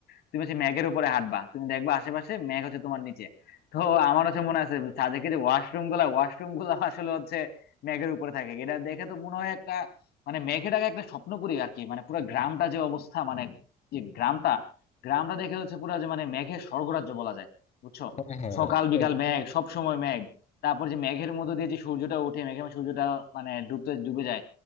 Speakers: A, on the left; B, on the left.
A: তুমি হচ্ছে মেঘের উপরে হাঁটবা তুমি দেখবা আশেপাশে মেঘ হচ্ছে তোমার নিচে তো আমার হচ্ছে মনে আছে সাজেকে যে ওয়াশরুম গুলা ওয়াশরুম গুলা আসলে হচ্ছে মেঘের উপরে থাকে এটা দেখে তো মনে হয় একটা মানে মেঘেটাকে একটা স্বপ্নপুরী আর কি মানে পুরো গ্রামটা যে অবস্থা মানে যে গ্রামটা গ্রামটা দেখে হচ্ছে পুরো যে মানে মেঘের স্বর্গরাজ্য বলা যায় বুঝছো
B: হ্যাঁ হ্যাঁ
A: সকাল
B: তো-
A: বিকাল মেঘ সব সময় মেঘ তারপর যে মেঘের মধ্যে দিয়ে যে সূর্যটা ওঠে মেঘের মধ্যে সূর্যটা মানে ডুবতে ডুবে যায়